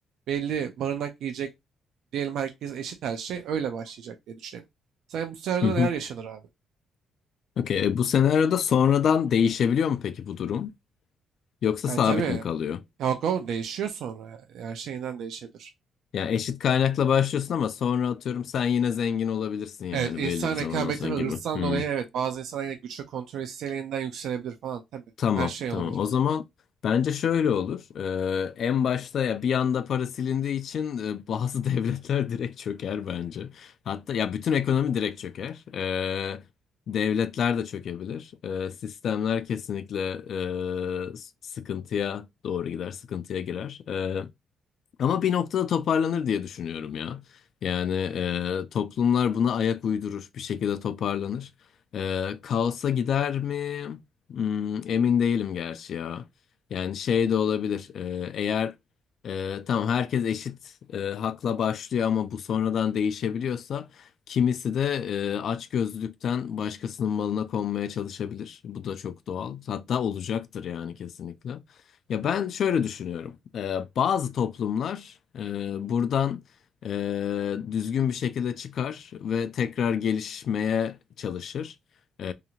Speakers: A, on the right (about 75°); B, on the left (about 65°).
A: belli barınak yiyecek diyelim herkes eşit her şey öyle başlayacak diye düşünelim. Sen bu senaryoda
B: Hı hı.
A: neler yaşanır abi?
B: Okey. E, Bu senaryoda sonradan değişebiliyor mu peki bu durum? Yoksa
A: Yani
B: sabit
A: tabii
B: mi kalıyor?
A: Yok, o değişiyor sonra. Yani Her şeyinden değişebilir.
B: Yani eşit kaynakla başlıyorsun ama sonra atıyorum sen yine zengin olabilirsin yani
A: Evet, insan
B: belli bir zamandan
A: rekabeti
B: sonra
A: ve
B: gibi.
A: hırstan
B: Hı.
A: dolayı evet bazı insanlar yine güç ve kontrol isteğiyle yeniden yükselebilir falan tabii.
B: Tamam,
A: Her şey olabilir.
B: tamam. O zaman bence şöyle olur. Ee, en başta ya bir anda para silindiği için e, bazı <laughs> devletler direkt çöker bence. Hatta ya bütün ekonomi direkt çöker. Ee, devletler de çökebilir. Ee, sistemler kesinlikle e, s- sıkıntıya doğru gider, sıkıntıya girer. Ee, ama bir noktada toparlanır diye düşünüyorum ya. Yani e, toplumlar buna ayak uydurur, bir şekilde toparlanır. E, kaosa gider mi? Hmm, emin değilim gerçi ya. Yani şey de olabilir. E, eğer e, tamam herkes eşit e, hakla başlıyor ama bu sonradan değişebiliyorsa kimisi de e, açgözlülükten başkasının malına konmaya çalışabilir. Bu da çok doğal. Hatta olacaktır yani kesinlikle. Ya ben şöyle düşünüyorum. Ee, bazı toplumlar e, buradan e, düzgün bir şekilde çıkar ve tekrar gelişmeye çalışır. Ee,